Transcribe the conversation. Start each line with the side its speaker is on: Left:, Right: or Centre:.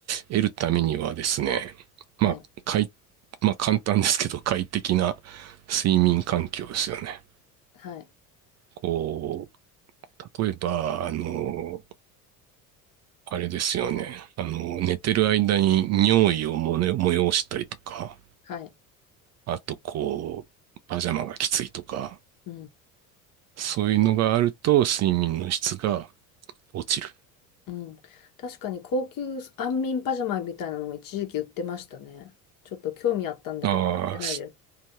Right: 得るためにはですね、まあ、
Left: はい。
Right: 快、まあ、簡単ですけど、快適な睡眠環境ですよね。
Left: はい。
Right: こう、例えば、あの、あれですよね。あの、寝てる間に尿意をもね催したりとか、
Left: はい。
Right: あと、こう、パジャマがきついとか、
Left: うん。
Right: そういうのがあると、睡眠の質が落ちる。
Left: うん。確かに高級安眠パジャマみたいなのも一時期売ってましたね。ちょっと興味あったんだけど、
Right: ああ、
Left: 買ってないです。